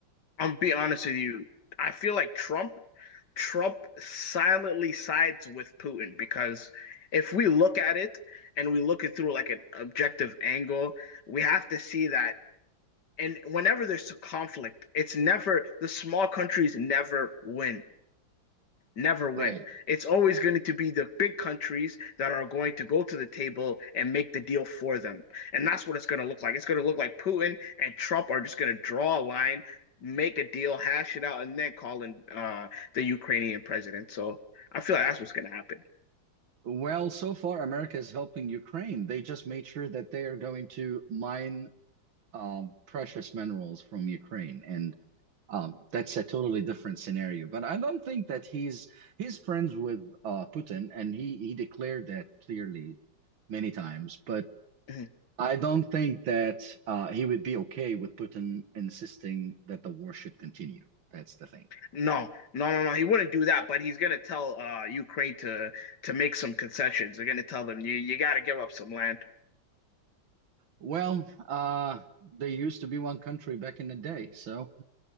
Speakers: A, on the left; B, on the right.
A: I'm be honest with you. I feel like Trump Trump silently sides with Putin because if we look at it and we look it through like an objective angle, we have to see that. And whenever there's a conflict, it's never the small countries never win never win.
B: Right.
A: It's always going to be the big countries that are going to go to the table and make the deal for them. And that's what it's going to look like. It's going to look like Putin and Trump are just going to draw a line, make a deal, hash it out, and then call in uh, the Ukrainian president. So I feel like that's what's going to happen.
B: Well, so far America is helping Ukraine. They just made sure that they are going to mine um, precious minerals from Ukraine, and um, that's a totally different scenario. But I don't think that he's he's friends with uh, Putin, and he he declared that clearly many times. But
A: Mhm.
B: I don't think that uh, he would be okay with Putin insisting that the war should continue. That's the thing.
A: No, no, no, no. He wouldn't do that, but he's gonna tell uh Ukraine to to make some concessions. They're gonna tell them you you gotta give up some land.
B: Well, uh, they used to be one country back in the day, so